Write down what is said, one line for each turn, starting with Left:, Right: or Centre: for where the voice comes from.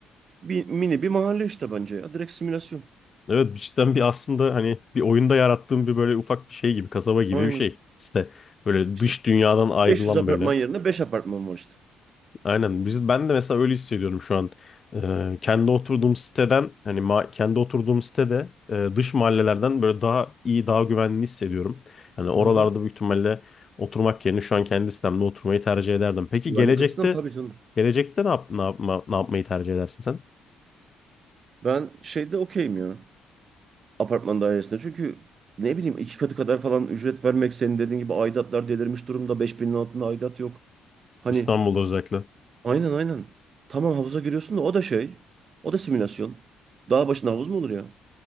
Right: Bir, mini bir mahalle işte bence ya. Direkt simülasyon.
Left: Evet cidden bir aslında hani bir oyunda yarattığım bir böyle ufak bir şey gibi kasaba gibi
Right: Aynen.
Left: bir şey. İşte böyle
Right: İşte
Left: dış dünyadan ayrılan
Right: 500 apartman
Left: böyle.
Right: yerine 5 apartman var işte.
Left: Aynen biz ben de mesela öyle hissediyorum şu an. Ee, kendi oturduğum siteden hani ma- kendi oturduğum sitede e, dış mahallelerden böyle daha iyi daha güvenli hissediyorum. Hani oralarda
Right: Aha.
Left: büyük ihtimalle oturmak yerine şu an kendi sitemde oturmayı tercih ederdim. Peki
Right: Güvenlik
Left: gelecekte
Right: açısından tabii canım.
Left: Gelecekte ne yap, ne yapma, ne yapmayı tercih edersin sen?
Right: Ben şeyde okeyim ya. Apartman dairesinde. Çünkü ne bileyim iki katı kadar falan ücret vermek senin dediğin gibi aidatlar delirmiş durumda. beş binin altında aidat yok. Hani
Left: İstanbul'da özellikle.
Right: aynen aynen. Tamam havuza giriyorsun da o da şey. O da simülasyon. Dağ başında havuz mu olur ya?